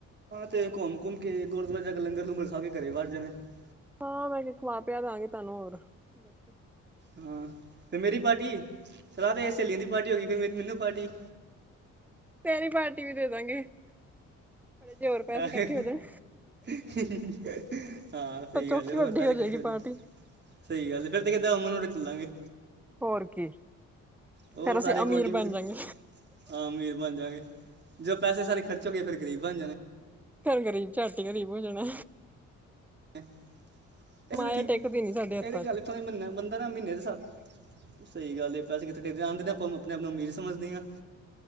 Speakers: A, on the right; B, in the centre.
A: ਤੇ ਘੁੰਮ, ਘੁੰਮ ਕੇ ਗੁਰਦੁਆਰਾ ਜਾ ਕੇ ਲੰਗਰ ਲੂੰਗਰ ਖਾ ਕੇ ਘਰੇ <unintelligible>
B: ਹਾਂ ਮੈਂ ਕਿਹਾ ਖਵਾ ਪਿਆ ਦਾਂਗੇ ਤੁਹਾਨੂੰ, ਹੋਰ ਦੱਸ?
A: ਹਾਂ ਫਿਰ ਮੇਰੀ ਪਾਰਟੀ ਚਲਾ ਤੇ ਸਹੇਲੀਆਂ ਦੀ ਪਾਰਟੀ ਹੋ ਗਈ, ਫਿਰ ਮੈਨੂੰ ਪਾਰਟੀ
B: ਤੇਰੀ ਪਾਰਟੀ ਵੀ ਦੇ ਦਾਂਗੇ, ਕੁਝ ਹੋਰ
A: ਪਾਰਟੀ
B: ਪੈਸੇ ਇਕੱਠੇ ਹੋ ਜਾਣ
A: ਹਾਂ ਸਹੀ
B: ਤਾਂ ਚੌਖੀ
A: ਗੱਲ ਹੋਰ
B: ਵੱਡੀ
A: ਪੈਸੇ
B: ਹੋ ਜਾਏਗੀ
A: ਕਿੱਤੇੇ ਜੀ,
B: ਪਾਰਟੀ
A: ਸਹੀ ਗੱਲ ਫੇਰ ਕਿਹਦਾਂ <unintelligible> ਚੱਲਾਂਗੇ
B: ਹੋਰ ਕੀ
A: ਹੋਰ
B: ਫੇਰ ਅਸੀਂ
A: ਸਾਰੇ
B: ਅਮੀਰ
A: ਕੋਂਟੀ ਬਿਊਟ
B: ਬਣ ਜਾਂਗੇ।
A: ਹਾਂ ਅਮੀਰ ਬਣ ਜਾਣਗੇ, ਜੋ ਪੈਸੇ ਸਾਰੇ ਖਰਚੋਗੇ ਫੇਰ ਗਰੀਬ ਬਣ ਜਾਣੇ।
B: ਫੇਰ ਗ਼ਰੀਬ ਝੱਟ ਗ਼ਰੀਬ ਹੋ ਜਾਣਾ।
A: ਇਹ
B: ਮਾਇਆ
A: ਸਾਰੀ ਠੀਕ
B: ਟਿਕਦੀ ਨੀ ਸਾਡੇ ਹੱਥਾਂ
A: ਇਹ ਤੇ ਗੱਲ
B: ਚ।
A: ਇਥੋਂ ਦੀ ਮੰਨ ਬੰਦਾ ਨਾ ਮਹੀਨੇ ਦੇ ਹਿਸਾਬ ਸਹੀ ਗੱਲ ਪੈਸੇ ਕਿੱਥੇ ਆਦੇ ਨੇ ਆਪਾਂ, ਆਪਣੇ ਆਪ ਨੂੰ ਅਮੀਰ ਸਮਝਦੇ ਹਾਂ।